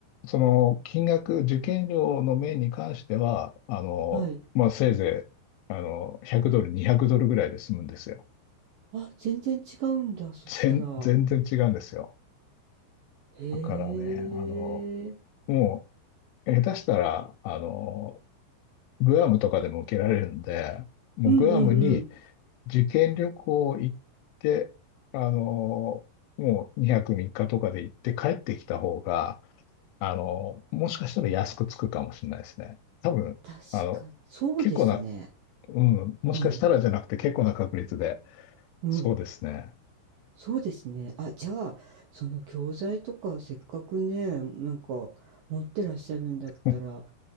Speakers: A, on the left; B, on the right.
A: その金額、受験料の面に関しては、あの、
B: はい。
A: まあ、せいぜい、あの、100ドル、200ドルぐらいで済むんですよ。
B: あ、全然違うんだ、そしたら。
A: 全、全然違うんですよ。
B: へえ。
A: だからね、あの、もう、下手したら、あの、グアムとかでも受けられるんで、もうグアムに
B: うんうんうん。
A: 受験旅行行って、あの、もう2泊3日とかで行って帰ってきた方が、あの、もしかしたら安くつくかもしれないですね。多分、
B: 確かに。
A: あの、
B: そうですね。
A: 結構な、うん、もしかしたらじゃなくて結構な確率で、
B: うん。うん。
A: そうですね。
B: そうですね。あ、じゃあ、その教材とか、せっかくね、なんか、持ってらっしゃるんだったら、
A: <laughs>
B: は